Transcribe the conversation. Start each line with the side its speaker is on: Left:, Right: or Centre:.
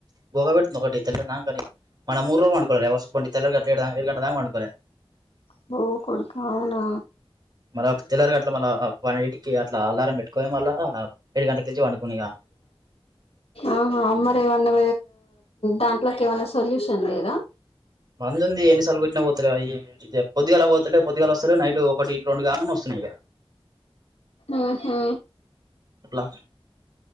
Right: గురక పెట్తుంది ఒకటే తెల్లారినా కాని మొన్న మూడు రోజులు పండుకోలే <unintelligible> తెల్లార గట్లా ఏడు గంటల దాకా పనుకోలే
Left: బో కొడుతే అవునా
Right: <unintelligible> అట్ల మన పన్నెండింటికి అట్లా అలా పెట్కో మళ్ ఏడు గంట కలించి పండుకునిక
Left: ఆహ అమ్మరి ఏమన్నా దాంట్లోకి ఏమన్నా సొల్యూషన్ లేదా
Right: వంద ఉంది ఎన్ని సార్లు పోతలే అ పద్దిగాలా పోతలే పద్గాల వస్తే నైట్ రొండు కాగానే వస్తున్నాయి
Left: ఆహా
Right: అట్లా